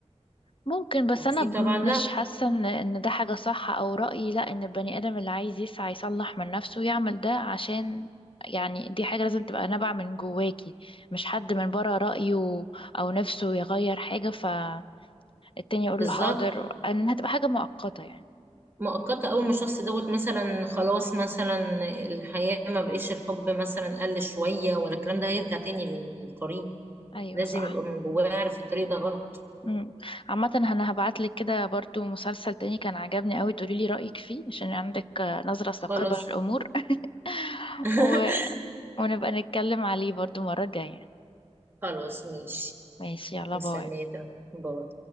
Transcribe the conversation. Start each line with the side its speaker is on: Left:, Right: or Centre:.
Left: ممكن بس
Right: وفي
Left: انا ب-
Right: طبعا
Left: مش
Right: لا
Left: حاسه ان ان ده حاجه صح او رايي لا ان البني ادم اللي عايز يسعى يصلح من نفسه يعمل ده عشان يعني دي حاجه لازم تبقى نابعه من جواكي مش حد من بره رايه او نفسه يغير حاجه فالتاني يقول
Right: بالظبط
Left: له حاضر ان هتبقى حاجه مؤقته يعني
Right: مؤقتة أول ما الشخص دوت مثلا خلاص مثلا الحياة ما بقيش الحب مثلا قل شوية ولا الكلام ده هيرجع تاني للطريق
Left: ايوه
Right: لازم
Left: صح
Right: يبقى من جواه عارف الطريق ده غلط
Left: امم عامه انا هبعت لك كده برضو مسلسل تاني كان عجبني قوي تقولي لي رايك فيه عشان عندك آه، نظره ثاقبه
Right: خلاص
Left: للامور <laughs>
Right: <laughs>
Left: و... ونبقى نتكلم عليه برضو مره جايه
Right: خلاص ماشي
Left: ماشي يلا
Right: مستنية
Left: باي
Right: باي